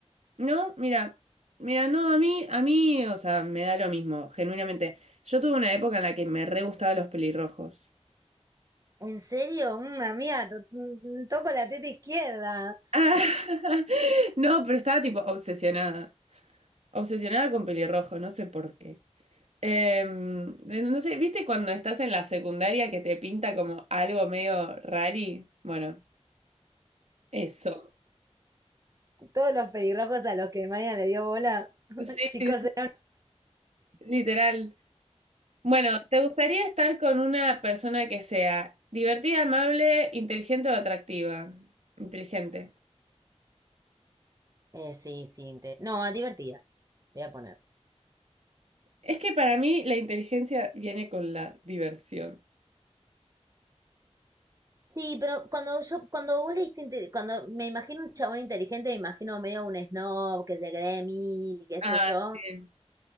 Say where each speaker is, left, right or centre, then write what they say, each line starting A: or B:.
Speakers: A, on the right (about 70°); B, on the right (about 30°).
A: No, mira, mira, no, a mí, a mí, o sea, me da lo mismo, genuinamente. Yo tuve una época en la que me re gustaban los pelirrojos.
B: ¿En serio? Mm, amiga, to- mm, toco la teta izquierda.
A: Ah, <laughs> no, pero estaba tipo obsesionada. Obsesionada con pelirrojos, no sé por qué. Em, eh, no sé, ¿viste cuando estás en la secundaria que te pinta como algo medio rari? Bueno, eso.
B: Todos los pelirrojos a los que María le dio bola.
A: Sí,
B: Chicos,
A: sí,
B: eh,
A: literal. Bueno, ¿te gustaría estar con una persona que sea divertida, amable, inteligente o atractiva? Inteligente.
B: Eh, sí, sí. inte- No, divertida. Voy a poner.
A: Es que para mí la inteligencia viene con la diversión.
B: Sí, pero cuando yo, cuando vos leíste, inte- cuando me imagino un chabón inteligente, me imagino medio un snob que se cree mil y qué sé
A: Ah,
B: yo.
A: sí.